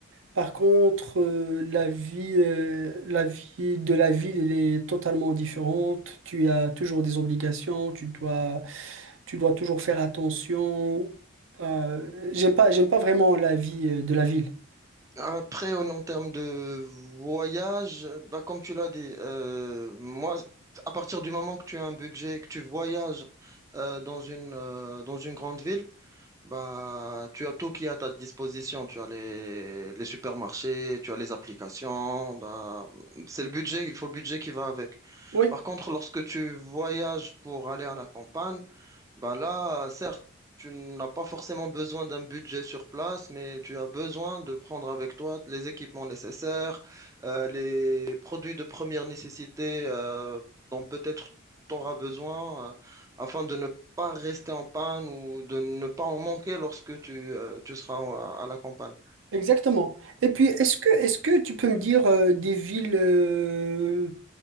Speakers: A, on the right; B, on the right.
A: Par contre, euh, la vie, euh, la vie de la ville, elle est totalement différente. Tu as toujours des obligations, tu dois tu dois toujours faire attention. Euh, j'aime pas, j'aime pas vraiment la vie euh, de la ville.
B: Après, en, en termes de voyage, euh, bah, comme tu l'as dit, euh, moi, à partir du moment que tu as un budget et que tu voyages euh, dans une, euh, dans une grande ville, bah, tu as tout qui est à ta disposition. Tu as les, les supermarchés, tu as les applications. Bah, c'est le budget, il faut le budget qui va avec.
A: Oui,
B: Par contre, lorsque tu voyages pour aller à la campagne, ben là, certes, tu n'as pas forcément besoin d'un budget sur place, mais tu as besoin de prendre avec toi les équipements nécessaires, euh, les produits de première nécessité euh, dont peut-être tu auras besoin euh, afin de ne pas rester en panne ou de ne pas en manquer lorsque tu, euh, tu seras en- à la campagne.
A: exactement. Et puis, est-ce que, est-ce que tu peux me dire euh, des villes, euh,